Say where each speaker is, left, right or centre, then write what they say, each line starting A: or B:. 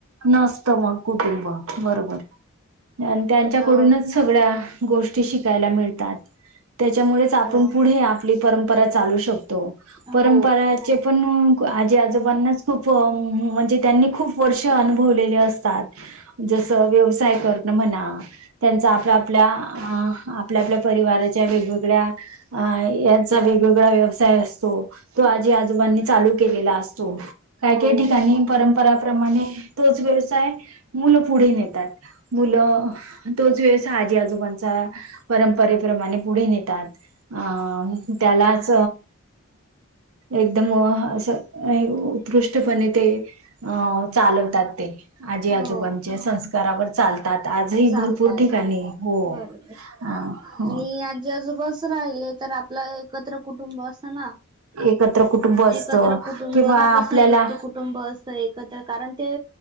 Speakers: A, on the right; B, on the right.
A: नसत मग कुटुंब बरोबर आणि त्यांच्याकडूनच
B: हो
A: सगळ्या गोष्टी शिकायला मिळतात त्याच्यामुळे आपन
B: हो
A: हे आपली परंपरा चालू शकतो. परंपरा
B: हो
A: या ते पण आजी आजोबांनाच खूप म्हणजे त्यांनी खूप वर्ष अनुभवलेले असतात जसं व्यवसाय करण म्हणा त्यांचा आपल्या आपल्या अ आपल्या आपल्या परिवाराच्या वेगवेगळ्या अ यांचा वेगवेगळा व्यवसाय असतो तो आजी आजोबांनी चालू केलेला असतो. काय
B: हो
A: काय ठिकाणी परंपरा प्रमाणे तोच व्यवसाय मुलं पुढे नेतात मुलं तोच व्यवसाय आजी आजोबांचा, परंपरेप्रमाणे पुढे नेतात. आं त्यालाच एकदम ह अस उ उत्कृष्टपणे ते आव चालवतात ते. आजी
B: हो
A: आजोबांचे संस्कारावर चालतात आजही
B: चालतात
A: भरपूर ठिकाणी हो
B: बरोबर
A: हा. <unintelligible>
B: आणि आजी आजोबास च राहिलेले तर आपलं एकत्र कुटुंब असंत ना.
A: एकत्र कुटुंब असत
B: एकत्र कुटुंब
A: किंवा
B: आपलं
A: आपल्याला
B: संयुक्त कुटुंब अस एकत्र कारण ते